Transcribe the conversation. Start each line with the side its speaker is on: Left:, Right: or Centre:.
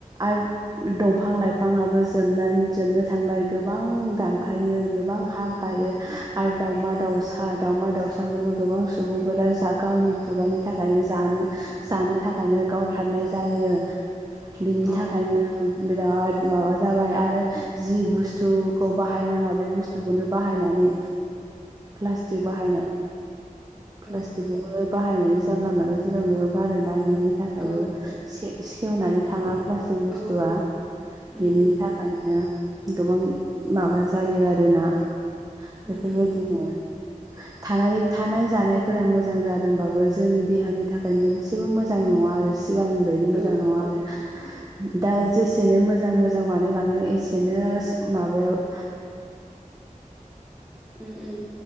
Right: आर दंफां लाइफाङाबो जोबनानै जोबनो थांबाय गोबां दान फायो गोबां हामफायो आरो दावमा दाउसा दावमा दाउसाखौबो गोबां सुबुंफोरा जा गावनि खुगानि थाखायनो जानो जानो थाखायनो गावथारनाय जायो। बिनि थाखायनो
Centre: औ
Right: बिराद माबा जाबाय आरो जि बुस्थु खौ बाहायनाङा बे बुस्थुखौनो बाहायनानै प्लास्टिक बाहायनाय प्लास्टिकखौबो
Centre: औ
Right: बाहायनानै जानला मानला जेराव मेराव गारोना बेनि थाखायबो
Centre: औ
Right: से सेवनानै थाङा प्लास्टिक बुस्थुआ
Centre: औ उम
Right: बेनि
Centre: उम
Right: थाखायनो गोबां माबा जायो आरोना
Centre: उम
Right: बेफोरबायदिनो
Centre: उम
Right: थानाय थानाय जानायफोरा मोजां जादोंबाबो जोंनि देहानि थाखाय मोनसेबो मोजां नङा आरो। सिगांनि बायदि मोजां
Centre: औ उम
Right: नङा आरो दा जेसेनो मोजां मोजां बानायलांदों एसेनो माबायाव
Centre: उम उम